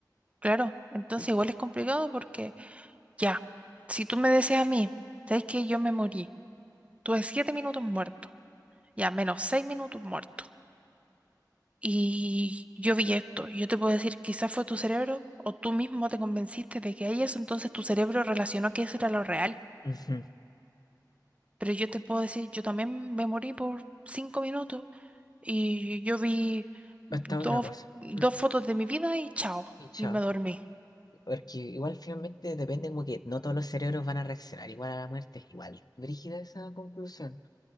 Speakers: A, on the right (about 15°); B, on the left (about 60°).
A: claro. Entonces,
B: Y-
A: igual es complicado porque ya, si tú me decías a mí, ¿sabes que yo me morí? Tuve siete minutos muerto, ya menos seis minutos muerto. Y yo vi esto, y yo te puedo decir, quizás fue tu cerebro o tú mismo te convenciste de que hay eso, entonces tu cerebro relacionó que eso era lo real.
B: Ujú.
A: Pero yo te puedo decir, yo también me morí por cinco minutos y yo vi dos,
B: Esta otra cosa.
A: dos
B: Ujú.
A: fotos de mi vida y chao,
B: Y chao.
A: y me dormí.
B: Porque igual finalmente depende como que no todos los cerebros van a reaccionar igual a la muerte. Igual, brígida esa conclusión.